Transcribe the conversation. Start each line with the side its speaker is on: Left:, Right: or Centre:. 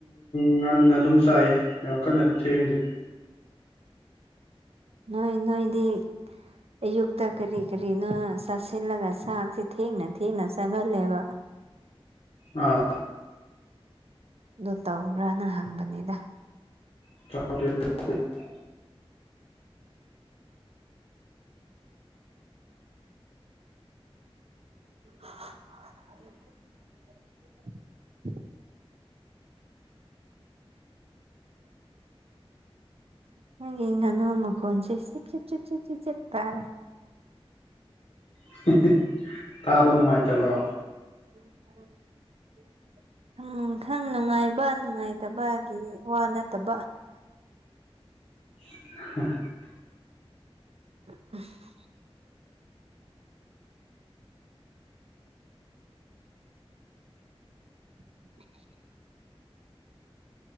Left: ꯉꯟꯅ ꯑꯗꯨꯝ ꯆꯥꯏꯌꯦ ꯌꯥꯝ ꯀꯟꯅꯗꯤ ꯊꯦꯡꯗꯦ
Right: ꯅꯣꯏ ꯅꯣꯏꯗꯤ ꯑꯌꯨꯛꯇ ꯀꯔꯤ ꯀꯔꯤꯅꯣ ꯆꯥꯁꯤꯜꯂꯒ ꯆꯥꯛꯁꯦ ꯊꯦꯡꯅ ꯊꯦꯡꯅ ꯆꯥꯒꯜꯂꯦꯕ
Left: ꯑꯥ
Right: ꯑꯗꯨ ꯇꯧꯕ꯭ꯔꯅ ꯍꯪꯕꯅꯤꯗ
Left: <unintelligible>
Right: <unintelligible> ꯅꯪꯒꯤ ꯉꯅꯨ ꯃꯈꯣꯟꯁꯦ ꯆꯤꯠ ꯆꯤꯇ ꯆꯤꯠ ꯆꯤꯠ ꯆꯤꯠ ꯆꯤꯠ ꯇꯥꯔꯦ
Left: <unintelligible> ꯇꯥꯕ ꯅꯨꯡꯉꯥꯏꯇꯕ꯭ꯔꯣ
Right: <inaudible> ꯍꯥꯝ ꯈꯔꯥ ꯅꯨꯡꯉꯥꯏꯕ ꯅꯨꯡꯉꯥꯏꯇꯕꯒꯤ ꯋꯥ ꯅꯠꯇꯕ
Left: <unintelligible>
Right: <unintelligible> <inaudible>